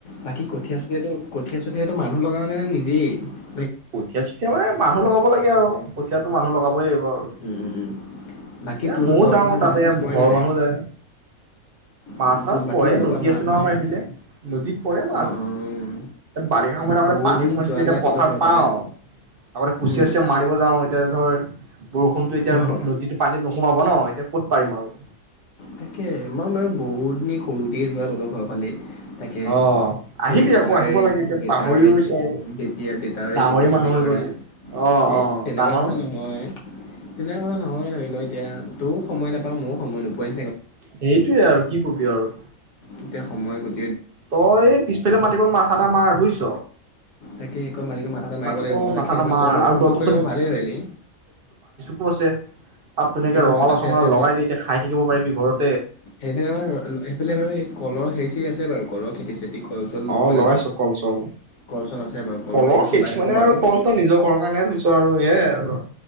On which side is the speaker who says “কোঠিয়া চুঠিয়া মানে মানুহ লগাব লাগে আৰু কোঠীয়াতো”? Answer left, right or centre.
Right